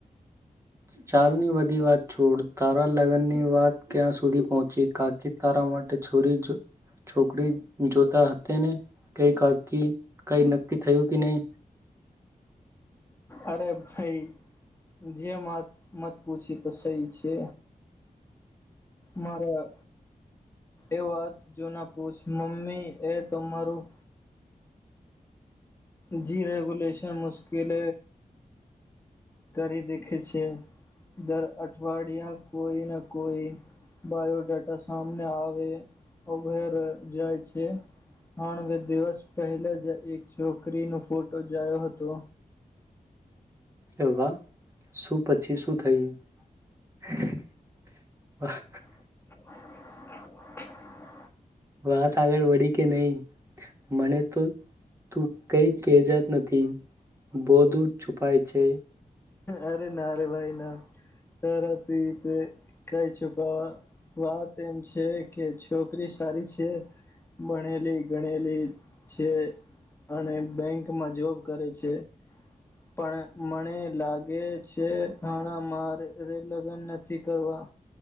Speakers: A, on the right (about 20°); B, on the left (about 15°).
A: ચાલની બધી વાત છોડ તારા લગ્નની વાત ક્યાં સુધી પહોંચી કાર્તિક તારા માટે છોરી જ છોકરી જોતા હતા ને કઈકી કઈ નક્કી થયું કે નહી
B: અરે ભાઈ જે મત મત પૂછી તો સહી છે મારા એ વાત જોના પૂછ મમ્મી એ તમારું જી રેગુલેશન મુશ્કેલ કરી દેખે છે દર અઠવાડિયા કોઈ ના કોઈ બાયોડેટા સામને આવે <unintelligible> જાય છે તણ બે દિવસ પહેલા જ એક છોકરીનો ફોટો જાયો હતો
A: એવા શું પછી શું થયું? <unintelligible>
B: <inaudible>
A: વાત આગળ વળી કે નહી મને તો તું કઈ કેજત નથી બોધું છુપાય છે
B: અરે ના ર ભાઈ ના તારા ત તે કઈ છુપાવા? વાત એમ છે કે છોકરી સારી છે ભણેલી ગણેલી છે અને બેંકમાં જોબ કરે છે પણ મને લાગે છે હણા મારે લગ્ન નથી કરવા